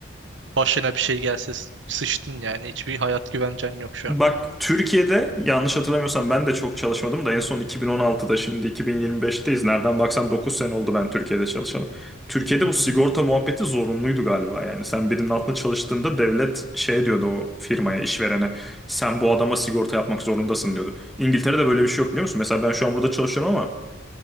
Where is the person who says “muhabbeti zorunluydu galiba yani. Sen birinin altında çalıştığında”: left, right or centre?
Centre